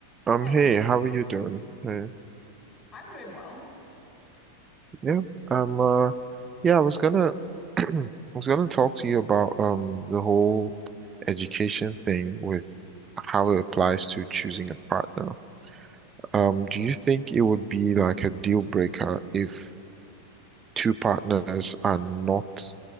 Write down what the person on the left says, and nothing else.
Hey,
I'm doing well.